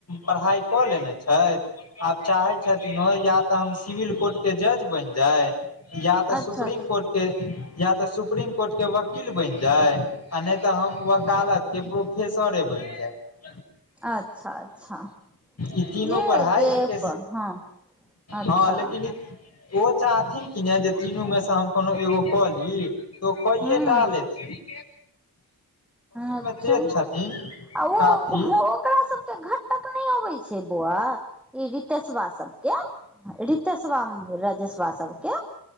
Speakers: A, on the left; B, in the centre.
A: पढ़ाइ कऽ लेने छै आब चाहे छथिन तऽ हम सिविल कोर्ट के जज बन जाय या तऽ
B: अच्छा
A: सुप्रीम कोर्ट के या तऽ सुप्रीम कोर्ट के वकील बेन जाय आ नहि तऽ हम वकालत के प्रोफेसरे बनि जायब।
B: अच्छा अच्छा
A: ई तीनो
B: जे
A: पढ़ाइ
B: जे
A: एके
B: अपन हँ अच्छा
A: हँ लेकिन ई ओ चाहथिन कि ने जे तीनू मे से हम कोनो एगो कऽ ली तो कईयटा
B: हँ
A: लेथि
B: अच्छा
A: तेज छथिन
B: आ ओ
A: काफी
B: ओकरा सबके घटक नहि <unintelligible> नहि अबै छै बौआ ई रितेशवा सबके रितेशबा रजेशबा सबके